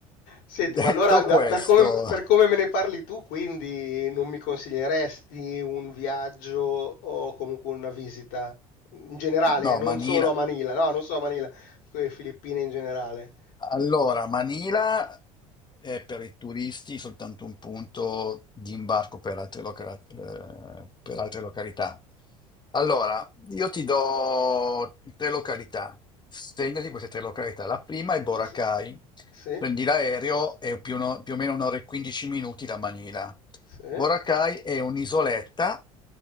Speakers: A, on the left; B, on the left.
A: Senti, ma
B: Detto
A: allora da-
B: questo,
A: per come, per come me ne parli tu, quindi non mi consiglieresti un viaggio o comunque una visita in generale,
B: no,
A: eh, non
B: Manila.
A: solo a Manila, no, non solo a Manila, dico le Filippine in generale.
B: Allora, Manila è per i turisti soltanto un punto di imbarco per altre, loca- eh, per altre località. Allora, io ti do tre località. Segnati queste tre località. La prima è Boracay.
A: S- Sì,
B: Prendi l'aereo e più, o no- più o meno un'ora e 15 minuti da Manila.
A: sì,
B: Boracay è un'isoletta